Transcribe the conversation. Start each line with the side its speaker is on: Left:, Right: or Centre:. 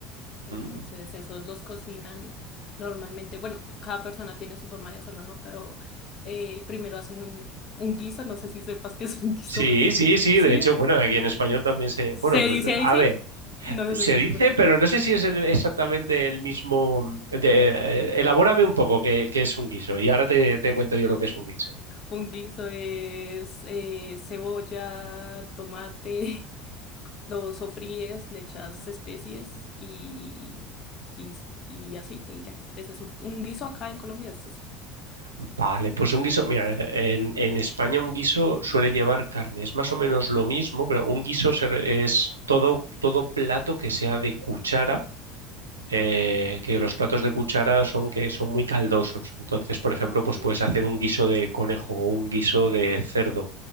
Left: entonces
Right: Mm.
Left: esos los cocinan normalmente, bueno, cada persona tiene su forma de hacerlo, ¿no? Pero eh, primero hacen un guiso, no sé si sepas qué es un guiso,
Right: Sí,
Left: <laughs>
Right: sí, sí.
Left: ¿sí?
Right: De hecho, bueno, aquí en español también se...
Left: ¿Se
Right: Bueno,
Left: dice
Right: pero,
Left: ahí
Right: a
Left: sí?
Right: ver.
Left: No,
Right: Se
Left: no estoy
Right: dice,
Left: segura.
Right: pero no sé si es el- exactamente el mismo. de- eh, elabórame un poco qué, qué es un guiso y ahora te, te cuento yo lo que es un guiso.
Left: Un guiso es eh, cebolla, tomate, <laughs> lo sofríes, le echas especies y, y, y aceite y ya. Ese es un, un guiso acá en Colombia, es eso.
Right: Vale, pues un guiso, mira, en, en España un guiso suele llevar carne, es más o menos lo mismo, pero un guiso se re- es todo, todo plato que sea de cuchara eh, que los platos de cuchara son que son muy caldosos. Entonces, por ejemplo,
Left: Ah, ok.
Right: pues puedes hacer un guiso de conejo o un guiso de cerdo,